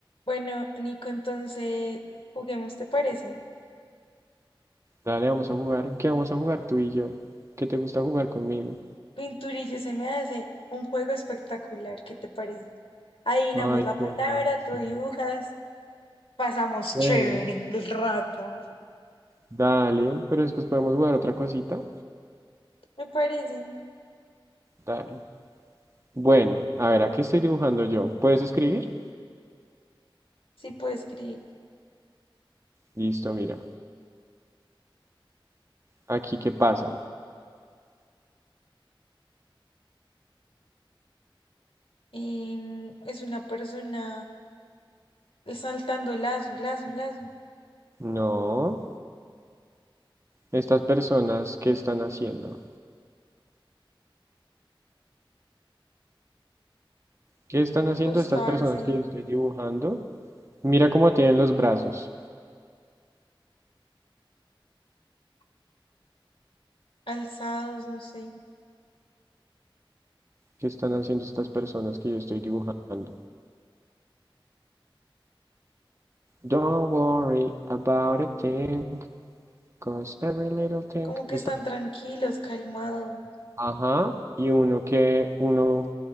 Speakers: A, on the left (about 80°); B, on the right (about 30°).
A: Bueno, Nico, entonces juguemos, ¿te parece?
B: Dale, vamos a jugar. ¿En qué vamos a jugar tú y yo? ¿Qué te gusta jugar conmigo?
A: Pinturillo se me hace un juego espectacular, ¿qué te parece? Adivinamos
B: Ay,
A: la palabra,
B: qué lástima.
A: tú dibujas, pasamos
B: Bueno,
A: chévere el rato.
B: dale, pero después podemos jugar otra cosita.
A: Me parece,
B: Dale. Bueno, a ver, ¿a qué estoy dibujando yo? ¿Puedes escribir?
A: sí puedo escribir.
B: Listo, mira. Aquí, ¿qué pasa?
A: Em, es una persona saltando lazo, lazo, lazo,
B: No, estas personas, ¿qué están haciendo? ¿Qué están
A: acostarse,
B: haciendo estas personas que yo estoy dibujando? Mira cómo tienen los brazos.
A: alzados, no sé,
B: ¿Qué están haciendo estas personas que yo estoy dibujando? Don't worry about a thing. Cause every little thing
A: como que
B: está.
A: están tranquilos, calmados,
B: Ajá. Y uno que, uno,